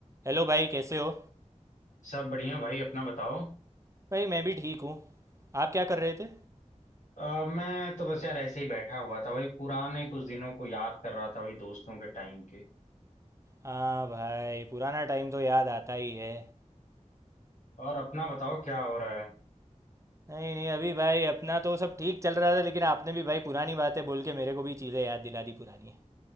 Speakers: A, on the right; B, on the left.
A: Hello भाई कैसे हो
B: सब बढ़िया भाई अपना बताओ
A: भाई मैं भी ठीक हूँ आप क्या कर रहे थे
B: अ, मैं तो बस यार ऐसे ही बैठा हुआ था वही पुराने कुछ दिनों को याद कर रहा था वही दोस्तों के टाइम के
A: हाँ भाई पुराना टाइम तो याद आता ही है
B: और अपना बताओ क्या हो रहा है
A: नहीं नहीं अभी भाई अपना तो सब ठीक चल रहा था लेकिन आपने भी भाई पुरानी बातें बोल के मेरे को भी चीज़ें याद दिला दी पुरानी